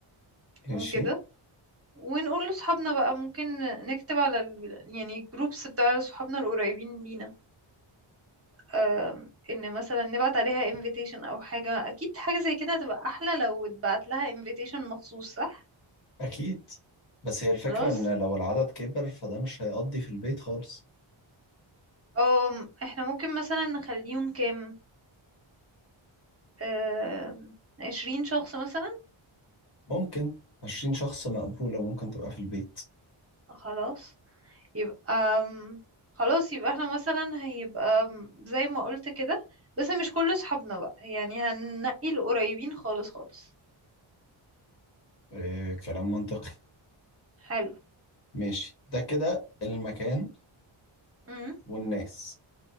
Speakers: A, on the left; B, on the right.
A: ماشي
B: وكده ونقول لصحابنا بقى ممكن نكتب على ال... يعني الجروبس بتاع صحابنا القريبين لينا آم، ان مثلا نبعت عليها invitation او حاجة اكيد حاجة زي كده هتبقى احلى لو اتبعت لها invitation مخصوص صح
A: أكيد بس هي الفكرة
B: خلاص
A: إن لو العدد كبر فده مش هيقضي في البيت خالص
B: أم، احنا ممكن مثلا نخليهم كام آم، عشرين شخص مثلا
A: ممكن عشرين شخص مقبولة ممكن تبقى في البيت
B: خلاص يبقى آم، خلاص يبقى احنا مثلا هيبقى آم، زي ما قلت كده بس مش كل صحابنا بقى يعني هننقي القريبين خالص خالص
A: آه، كلام منطقي
B: فحلو
A: ماشي ده كده المكان
B: امم
A: والناس